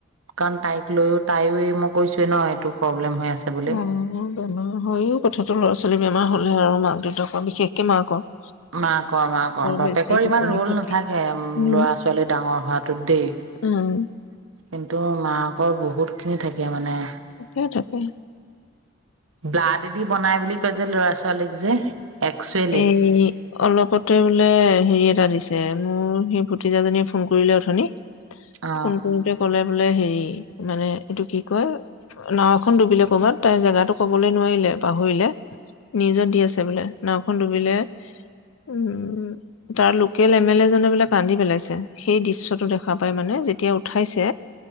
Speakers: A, on the right; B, on the left.
A: কাৰণ তাইক লৈও তাইও এই মই কৈছোৱে ন এইটো প্ৰব্লেম হৈ আছে বুলি
B: অ বেমাৰ হয় ও কথাটো ল'ৰা ছোৱালী বেমাৰ হ'ল আৰু মাক দেউতাকৰ বিশেষকে মাকৰ
A: মাকৰ মাকৰ বাপেকৰ
B: বেছি টোপনি
A: ইমান ৰোল
B: ক্ষতি
A: নাথাকে
B: উম
A: লৰা ছোৱালী ডাঙৰ হোৱাটোত দেই কিন্তু
B: উম
A: মাক সিহঁতৰ বহুতখিনি থাকে মানে
B: থাকে থাকে
A: ব্লাডদি বনাই বুলি কয় যে ল'ৰা ছোৱালীক যে একচুৱেলি
B: এই অলপতে বোলে হেৰিয়ে জা দিছে মোৰ সেই ভতিজাজনীয়ে ফোন কৰিলে অথনি
A: অ
B: ফোন কৰোতে ক'লে বোলে হেৰি মানে এইটো কি কয় নাওখন ডুবিলে ক'বাত তাই জেগাটো কবলৈ নোৱাৰিলে পাহৰিলে নিউজত দি আছে বোলে নাওখন ডুবিলে উম তাৰ লোকেল এম এল এ জনে বোলে কান্দি পেলাইছে সেই দৃশ্যটো দেখা পাই মানে যেতিয়া উঠাইছে